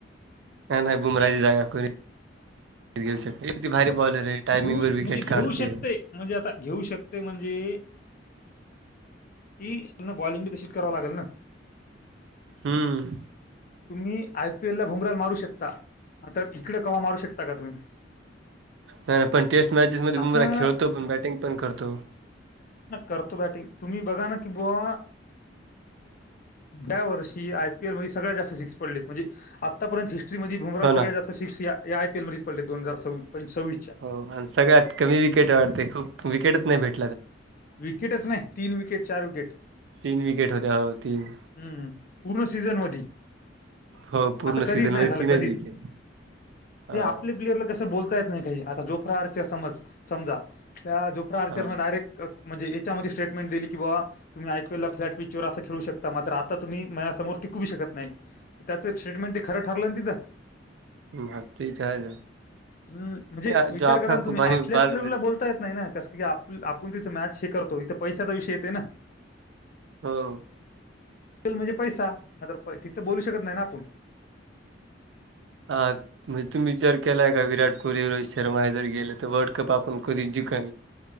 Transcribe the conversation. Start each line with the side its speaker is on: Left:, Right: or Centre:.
Right: न्हाई न्हाई, भुमराची जागा कोणी <unintelligible> घेऊ शकत, किती भारी बॉलर आहे. टायमिंग
Left: घेऊ
Right: वर विकेट
Left: म्हणजे घेऊ
Right: काढते.
Left: शकतंय, म्हणजे आता घेऊ शकतंय म्हणजे ती बॉलिंग, बी तशीचं करावं लागेल ना.
Right: हम्म!
Left: तुम्ही आयपीएलला भुमराला मारू शकता, तर इकडे कवा मारू शकता का तुम्ही?
Right: नाय नाय, पण टेस्ट मॅचेस मध्ये
Left: असं
Right: खेळतो, पण बॅटिंग पण करतो.
Left: करतो बॅटिंग, तुम्ही बघा ना कि बुवा. या वर्षी आयपीएल मध्ये सगळ्या जास्त सिक्स पडलेतं, म्हणजे आतापर्यंत हिस्ट्री मध्ये भुमराला
Right: हो ना
Left: सगळ्या जास्तं सिक्स या, या आयपील मध्येच पडलेत, दोन हजार सववीसच्या
Right: हो, आणि सगळ्यात कमी विकेट वाढते, खूप विकेटच नाही भेटतं.
Left: विकेटचं नाही, तीन विकेट चार विकेट
Right: तीन विकेट होत्या हो तीन
Left: हम्म! पूर्ण सीझन मधी
Right: हो पूर्ण
Left: असं कधीच
Right: सीझन
Left: नाही
Right: मध्ये
Left: झालं,
Right: तीनच
Left: कधीच,
Right: विकेट ह
Left: ते आपल्या प्लेयरला कस बोलता येत नाही काही, आता जोपरा आर्च्या समज समजा, त्या जोपरा आर्चरन
Right: ह
Left: डायरेक्ट क म्हणजे, याच्यामध्ये स्टेटमेंट दिली की बाबा तुम्ही आयपीएलला फ्लॅट पिचवर असं खेळू शकता, मात्र आता तुम्ही मायासमोर टिकूवू शकत नाही. त्याचं एक स्टेटमेंट ते खरं ठरलं ना तिथं
Right: मग तिचं हाय ना
Left: हम, म्हणजे
Right: आहे.
Left: विचार
Right: जाफरा
Left: करा ना,
Right: खूप
Left: तुम्ही
Right: भारी
Left: आपल्या
Right: बाल
Left: आपल्याला बोलता येत नाही, ना कसं की आपूण तिथं मॅच हे करतो, इथं पैशाचा विषय येतोय ना?
Right: हो
Left: म्हणजे पैसा तिथं बोलू शकत नाही ना आपूण
Right: <unintelligible> म्हणजे तुम्ही विचार केलाय का विराट कोहली रोहित शर्मा हे जर गेले तर वर्ल्ड कप आपण कधीच जिका.